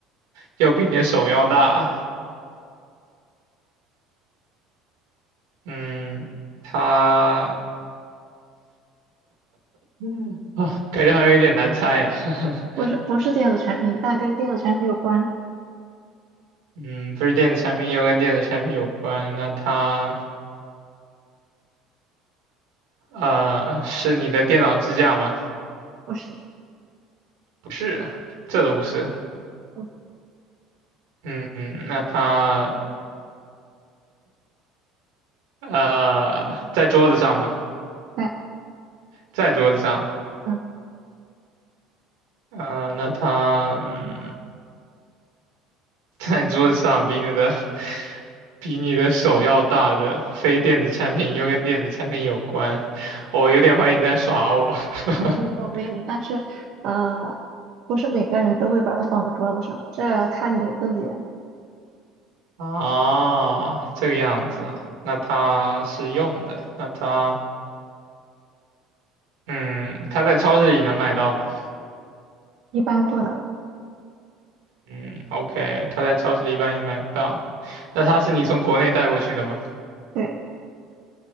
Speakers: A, on the right; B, on the right.
A: 又比你的手要大，嗯，它嗯啊，感觉好像有点难猜啊。<laughs>
B: 不是，不是电子产品，但跟电子产品有关，
A: 嗯，不是电子产品，又跟电子产品有关，那它呃是你的电脑支架吗？
B: 不是，
A: 不是啊这都不是。
B: 嗯，
A: 嗯嗯，那它呃在桌子上吗？
B: 对，
A: 在桌子上。
B: 嗯，
A: 啊、那它嗯在桌子上比你的 <laughs>。比你的手要大的非电子产品，又跟电子产品有关，哦我有点怀疑你在耍我。<laughs>
B: 没有，没有，但是，呃，不是每个人都会把它放在桌子上，这看你自己，
A: 啊，这个样子啊，那它是用的，那它，嗯，它在超市里能买到吗？
B: 一般不能，
A: 嗯，OK，它在超市里一般也买不到。那它是你从国内带过去的吗？
B: 对。